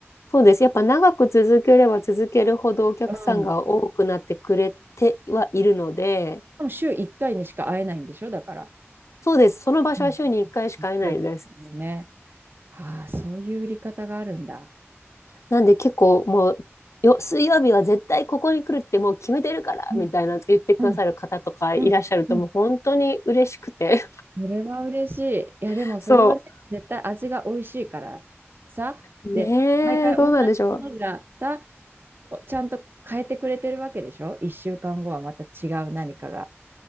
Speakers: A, on the left; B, on the right.
A: そうです。やっぱ長く続ければ続けるほどお客さんが多くなってくれてはいるので、
B: うん。でも週1回にしか会えないんでしょだから。
A: そうです。その場所は週に1回しか会えないです。
B: うん。そういうことだよね。ああ、そういう売り方があるんだ。
A: なんで結構もう、よ、水曜日は絶対ここに来るってもう決めてるからみたいな言ってくださる方とかいらっしゃるともう本当に嬉しくて。
B: うんうん、うん、うん。それは嬉しい。いや、
A: <laughs>
B: でもそれはね、
A: そ
B: 絶対味が美味しいからさ。
A: う。
B: で、
A: ねえ、
B: 毎回同じものじゃさ、
A: どうなんでしょう。
B: ちゃんと変えてくれてるわけでしょ ?1 週間後はまた違う何かが